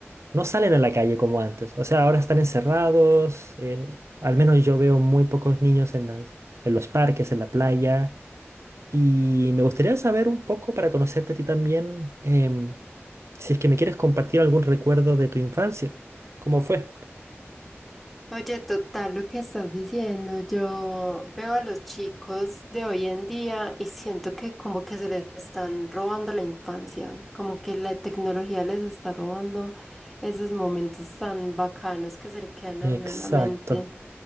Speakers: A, on the right; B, in the centre.
A: no salen a la calle como antes. O sea, ahora están encerrados. eh, al menos yo veo muy pocos niños en las, en los parques, en la playa. Y me gustaría saber un poco para conocerte a ti también, em, si es que me quieres compartir algún recuerdo de tu infancia. ¿Cómo fue?
B: Oye, total, lo que estás diciendo, yo veo a los chicos de hoy en día y siento que como que se les están robando la infancia, como que la tecnología les está robando esos momentos tan bacanos que se le quedan a
A: Exacto.
B: uno en la mente.